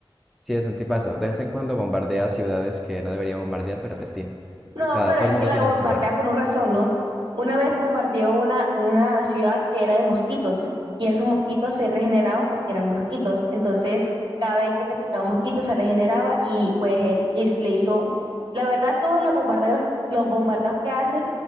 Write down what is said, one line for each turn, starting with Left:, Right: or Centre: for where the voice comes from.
Centre: sí, es un tipazo. De vez en cuando bombardea ciudades que no debería bombardear, pero pestín.
Right: No,
Centre: Cada,
Right: pero
Centre: todo
Right: es
Centre: el
Right: que
Centre: mundo
Right: la
Centre: tiene
Right: bombardea
Centre: sus errores.
Right: por una razón, ¿no? Una vez bombardeó una, una ciudad que era de mosquitos y esos mosquitos se regeneraban porque eran mosquitos. Entonces, cada vez que te picaba un mosquito se regeneraba y pues él is- le hizo, la verdad, todos los bombardeos, los bombardeos que hace,